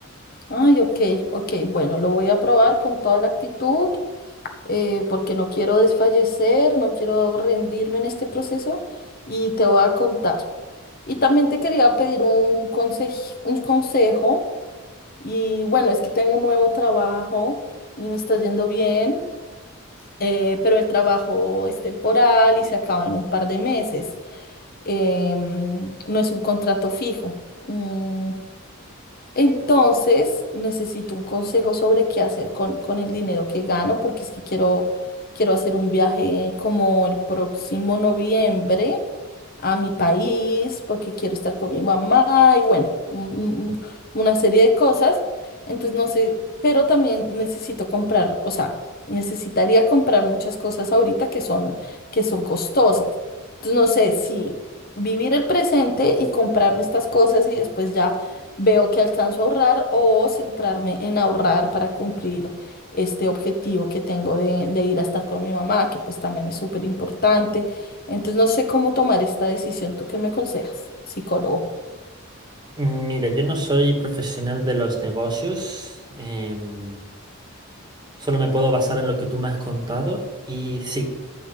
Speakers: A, on the left (about 45°); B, on the right (about 20°).
A: Ay, ok, ok. Bueno, lo voy a probar con toda la actitud, eh, porque no quiero desfallecer, no quiero rendirme en este proceso y te voy a contar. Y también te quería pedir un consejo, un consejo. Y bueno, es que tengo un nuevo trabajo y me está yendo bien, eh, pero el trabajo es temporal y se acaba en un par de meses. Em, no es un contrato fijo. Mm, entonces, necesito un consejo sobre qué hacer con, con el dinero que gano, porque es que quiero, quiero hacer un viaje como el próximo noviembre a mi país, porque quiero estar con mi mamá y bueno, un- un- un- una serie de cosas. Entonces, no sé, pero también necesito comprar, o sea, necesitaría comprar muchas cosas ahorita que son, que son costosas. Entonces, no sé si vivir el presente y comprarme estas cosas y después ya veo que alcanzo a ahorrar o centrarme en ahorrar para cumplir este objetivo que tengo de, de ir a estar con mi mamá, que pues también es súper importante. Entonces no sé cómo tomar esta decisión. ¿Tú qué me aconsejas, psicólogo?
B: Mm, Mira, yo no soy profesional de los negocios. em, solo me puedo basar en lo que tú me has contado. Y sí,